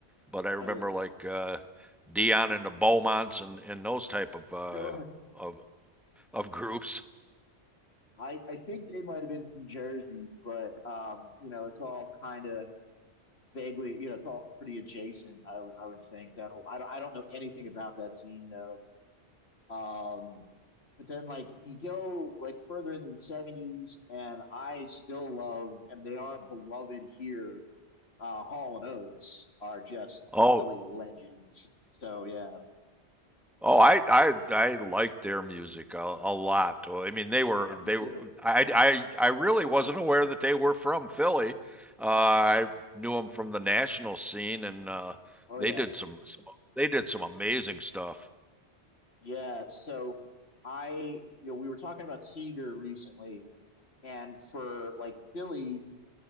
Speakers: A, in the centre; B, on the left (about 65°).
A: but I remember
B: But
A: like uh, Dion and the Beaumonts and, and those type of uh,
B: sure.
A: of of groups.
B: I, I think they might have been from Jersey, but um, you know, it's all kind of vaguely, you know, it's all pretty adjacent. I would I would think that whole. I don't I don't know anything about that scene though. Um, but then like you go like further into the 70s and I still love and they are beloved here. Uh, Hall and Oates are just
A: Oh,
B: Philly legends. So yeah.
A: oh, I I I liked their music a, a lot. Well, I mean, they were
B: Yeah, me
A: they
B: too.
A: were I I I really wasn't aware that they were from Philly. Uh, I knew them from the national scene, and uh,
B: Oh
A: they
B: yeah.
A: did some, some they did some amazing stuff.
B: Yeah, so I you know we were talking about Seeger recently and for like Philly